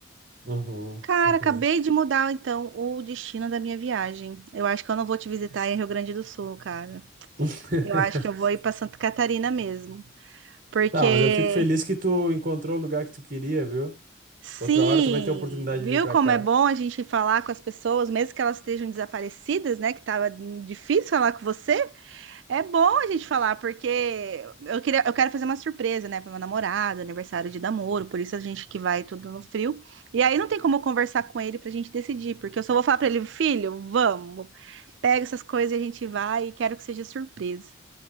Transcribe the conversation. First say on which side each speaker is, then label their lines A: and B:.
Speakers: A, on the right (about 45°); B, on the right (about 70°).
A: Uhum,
B: Cara,
A: uhum.
B: acabei de mudar então o destino da minha viagem. Eu acho que eu não vou te visitar em Rio Grande do Sul, cara.
A: <laughs>
B: Eu acho que eu vou ir para Santa Catarina mesmo, porque
A: Tá, mas eu fico feliz que tu encontrou o lugar que tu queria, viu?
B: sim,
A: Outra hora tu vai ter a oportunidade
B: viu
A: de vir pra
B: como
A: cá.
B: é bom a gente falar com as pessoas, mesmo que elas estejam desaparecidas, né? Que tava difícil falar com você. É bom a gente falar, porque eu queria, eu quero fazer uma surpresa, né, para meu namorado, aniversário de namoro, por isso a gente que vai tudo no frio. E aí não tem como eu conversar com ele para a gente decidir, porque eu só vou falar para ele, filho, vamos, pega essas coisas e a gente vai e quero que seja surpresa.